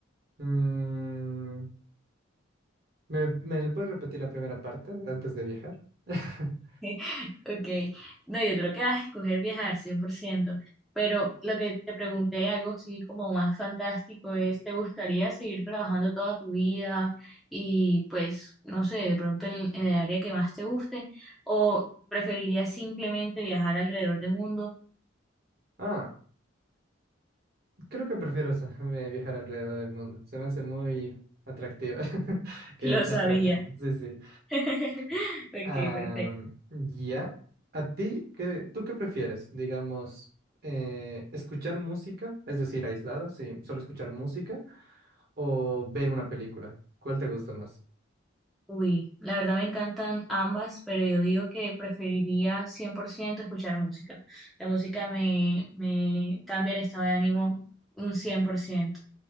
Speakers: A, on the right (about 50°); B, in the centre.
A: mm, ¿me, me puedes repetir la primera parte antes de viajar? <laughs>
B: <laughs> Ok, no, yo creo que vas a escoger viajar 100%, pero lo que te pregunté, algo así como más fantástico, es, ¿te gustaría seguir trabajando toda tu vida y pues, no sé, de pronto en, en el área que más te guste o preferirías simplemente viajar alrededor del mundo?
A: Ah, creo que prefiero sa- <laughs> viajar alrededor del mundo. Se me hace muy atractivo <laughs>
B: <laughs>
A: que
B: Lo
A: estar
B: sabía.
A: trabajando. Sí, sí.
B: <laughs> Ok,
A: Am,
B: perfecto.
A: ya. ¿A ti qué, tú qué prefieres? Digamos, eh, escuchar música, es decir, aislada, sí, solo escuchar música, o ver una película. ¿Cuál te gusta más?
B: Uy, la verdad me encantan ambas, pero yo digo que preferiría 100% escuchar música. La música me, me cambia el estado de ánimo un 100%.